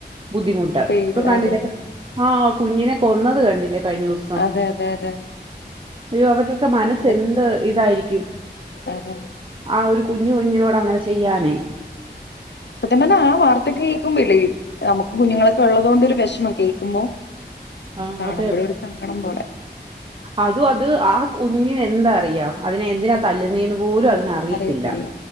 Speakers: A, on the right; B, on the left.
A: ബുദ്ധിമുട്ട്
B: പേടി
A: ഇപ്പൊ കണ്ടില്ലേ
B: അതെ
A: ആ കുഞ്ഞിനെ കൊന്നത് കണ്ടില്ലേ കഴിഞ്ഞ ദിവസം
B: അതെ അതെ അതെ അതെ
A: അയ്യോ അവരുടൊക്കെ മനസ്സ്
B: അത്
A: എന്ത് ഇതായിരിക്കും
B: അതെ
A: ആ ഒരു കുഞ്ഞു കുഞ്ഞിനോടങ്ങനെ ചെയ്യാനേ
B: സത്യം പറഞ്ഞാ ആ വാർത്തകേക്കുമ്പില്ലേ നമുക്ക് കുഞ്ഞുങ്ങളൊക്കൊള്ളത് കൊണ്ടൊരു വിഷമം കേൾക്കുമ്പൊ
A: ആ,
B: കാണുമ്പഴേ
A: അതെ
B: ഒരു സങ്കടം പോലെ
A: അതും അത് ആ കുഞ്ഞിനെന്തറിയാം അതിനെ എന്തിനാ തല്ലുന്നേന്ന്പോലും അതിനറിയത്തില്ല
B: അറിയത്തില്ല